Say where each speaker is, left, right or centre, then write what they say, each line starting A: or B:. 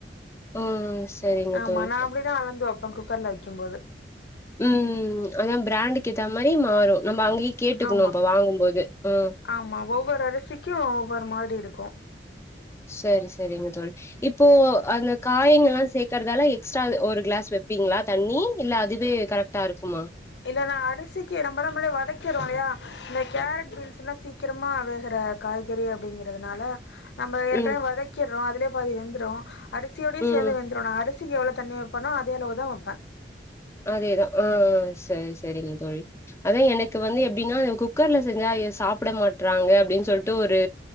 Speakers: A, on the left; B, on the left.
A: ஓ சரிங்க
B: ஆமா
A: தோழி
B: நா அப்டிதா அளந்து வப்ப குக்கர்ல வைக்கும் போது
A: ம் ம் ம் அதா பிராண்டுக்கு ஏத்த மாரி மாறு நம்ம அங்கேயே கேட்டுக்குணு
B: ஆமா
A: இப்ப வாங்கும்போது அ
B: ஆமா ஒவ்வொரு அரிசிக்கு ஒவ்வொரு மாரி இருக்கு
A: சரி சரிங்க தோழி இப்போ அந்த காய்ங்கள்லா சேக்கறதால எக்ஸ்ட்ரா ஒரு கிளாஸ் வப்பீங்களா தண்ணி இல்ல அதுவே கரெக்ட்டா இருக்குமா
B: இல்ல நா அரிசிக்கு நம்மதா முடியே வதக்கிறோ இல்லையா இந்த கேரட் பீன்ஸ்ல்லா சீக்கிரமா வேகுற காய்கறி அப்டிங்கறதுனால நம்ம ஏற்கனவே
A: ம்
B: வதக்கிர்றோ அதுலே பாதி வெந்துரு அரிசியோடியே
A: ம்
B: சேந்து வெந் துரு அரிசிக்கு எவ்ளோ தண்ணி வப்பனோ அதே அளவு தா வப்ப
A: அதேதா ஆ சரி சரிங்க தோழி அதா எனக்கு வந்து எ ப்டின்னா அ குக்கர்ல செஞ்சா சாப்ட மாட்றாங்க அப்டின்னு சொல்ட்டு ஒரு